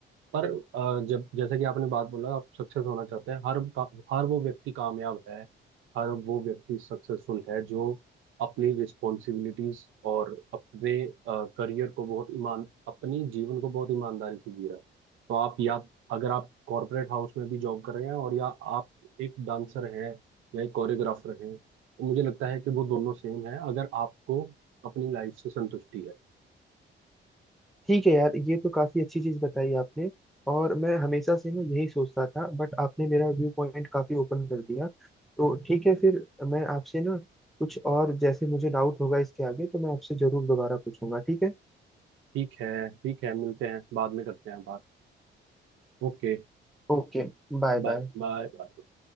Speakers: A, on the right; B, in the centre.
A: पर अ, जब जैसे कि आपने बात बोला आप सक्सेस होना चाहते हैं हर का, हर वो व्यक्ति कामयाब है हर वो व्यक्ति सक्सेसफुल है जो अपनी रिस्पॉन्सिबिलिटीज और अपने करियर को बहुत ईमान अपनी जीवन को बहुत ईमानदारी से जी रहा है तो आप या अगर आप कॉरपोरेट हाउस में भी जॉब कर रहे हैं और या आप एक डांसर हैं या एक कोरियोग्राफर हैं तो मुझे लगता है कि वो दोनों सेम है अगर आपको अपनी लाइफ से संतुष्टि है
B: ठीक है यार ये तो काफी अच्छी चीज बताई आपने और मैं हमेशा से ना यही सोचता था बट आपने मेरा व्यू पॉइंट काफी ओपन कर दिया तो ठीक है फिर मैं आपसे ना कुछ और जैसे मुझे डाउट होगा इसके आगे तो मैं आपसे जरूर दोबारा पूछूंगा ठीक है
A: ठीक है ठीक है मिलते हैं बाद में करते हैं बात ओके
B: ओके Bye
A: Bye
B: bye
A: bye bye